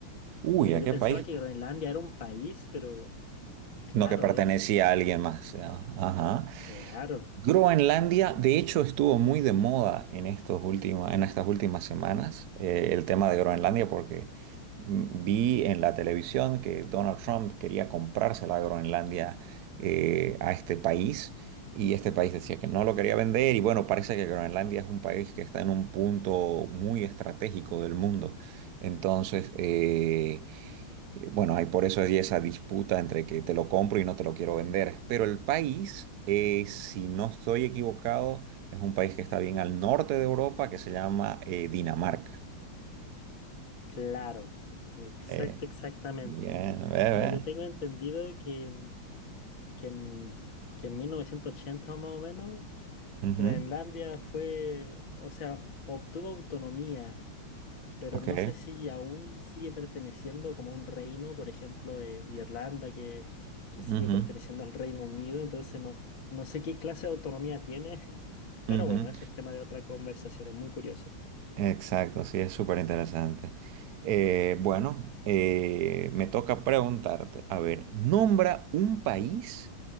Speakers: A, on the right; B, on the left.
A: Uy,
B: Mira,
A: ¿a
B: yo
A: qué
B: pensaba
A: país?
B: que Groenlandia era un país, pero... Claro,
A: No que pertenecía
B: es.
A: a alguien más. ¿no? Ajá.
B: Claro,
A: Groenlandia, de hecho, estuvo muy de moda en estos últimos, en estas últimas semanas, eh, el tema de Groenlandia, porque mm, vi en la televisión que Donald Trump quería comprarse la Groenlandia eh, a este país, y este país decía que no lo quería vender, y bueno, parece que Groenlandia es un país que está en un punto muy estratégico del mundo. Entonces, eh, eh, Bueno, hay por eso hay esa disputa entre que te lo compro y no te lo quiero vender. Pero el país, eh, si no estoy equivocado, es un país que está bien al norte de Europa que se llama eh, Dinamarca.
B: claro. Exacto,
A: Eh,
B: exactamente.
A: bien, bebé.
B: Mira, yo tengo entendido de que en, que en, que en 1980 más o menos,
A: Ujú,
B: Groenlandia fue, o sea, obtuvo autonomía, pero
A: Ok.
B: no sé si aún sigue perteneciendo como a un reino, por ejemplo, eh, Irlanda, que, que sigue
A: Ujú,
B: perteneciendo al Reino Unido, entonces no, no sé qué clase de autonomía tiene, <laughs> pero
A: ujú.
B: bueno, eso es tema de otra conversación, es muy curioso.
A: Exacto, sí, es súper interesante. Eh, bueno, eh, me toca preguntarte, a ver, nombra un país